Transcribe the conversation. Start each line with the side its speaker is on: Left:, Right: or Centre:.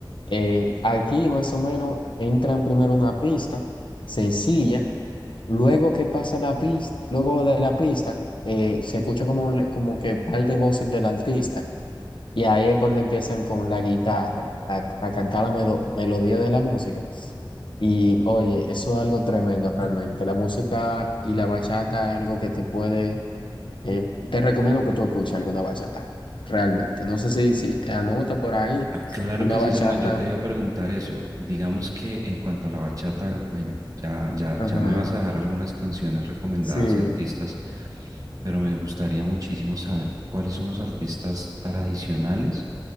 Left: Eh, aquí más o menos entran primero una pista sencilla, luego que pasa la pista, luego de la pista, eh, se escucha como, le- como que par de voces del artista. Y ahí es cuando empiezan con la guitarra, a, a cantar la melo- melodía de la música. Y oye, eso es algo tremendo realmente. La música y la bachata es algo que te puede... eh, te recomiendo que tú escuches alguna bachata, realmente. No sé si, si anota por ahí
Right: Claro
Left: una
Right: que sí,
Left: bachata.
Right: Samuel. Yo te iba a preguntar eso. Digamos que en cuanto a la bachata, bueno, ya, ya,
Left: Ajá.
Right: ya me vas a dejar algunas canciones recomendadas
Left: Sí,
Right: y artistas, pero me gustaría muchísimo saber cuáles son los artistas tradicionales